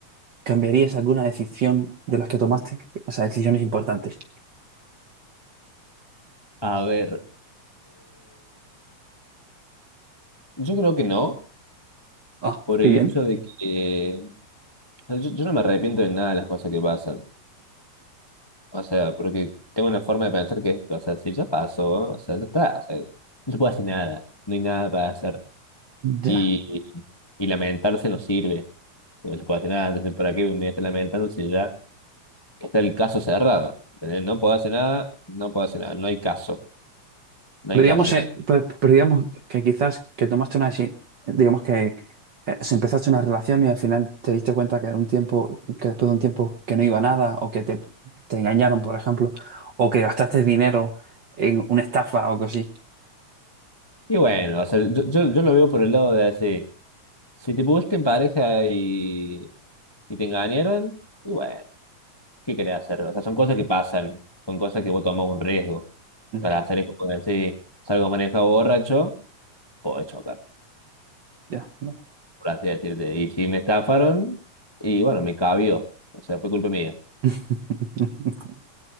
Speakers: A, on the right (about 55°); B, on the left (about 20°).
A: ¿cambiarías alguna decisión de las que tomaste? O sea, decisiones importantes.
B: A ver, Yo creo que no,
A: Ah,
B: por
A: qué
B: el
A: bien.
B: hecho de que o sea, yo, yo no me arrepiento de nada de las cosas que pasan. O sea, porque tengo una forma de pensar que, es, o sea, si ya pasó, o sea, ya está, o sea, no se puede hacer nada, no hay nada para hacer. Y,
A: Ya.
B: y lamentarse no sirve, porque no se puede hacer nada, entonces, ¿para qué me estoy lamentando si ya está el caso cerrado? ¿Entendés? No puedo hacer nada, no puedo hacer nada, no hay caso, no
A: Pero
B: hay caso.
A: digamos, eh, pero- pero digamos que quizás que tomaste una, deci- digamos que eh, se empezaste una relación y al final te diste cuenta que de un tiempo, que después de un tiempo que no iba a nada, o que te, te engañaron, por ejemplo, o que gastaste dinero en una estafa o algo así.
B: Y bueno, o sea, yo, yo, yo lo veo por el lado de así. Si te pusiste en pareja y, y te engañaron, y bueno, ¿qué querés hacer? O sea, son cosas que pasan, son cosas que vos tomás un riesgo
A: Ya,
B: para hacer, es como decir, salgo manejado borracho, puedo chocar,
A: ya, ya.
B: por así decirte. Y si me estafaron, y bueno, me cabió, o sea, fue culpa mía,
A: <laughs>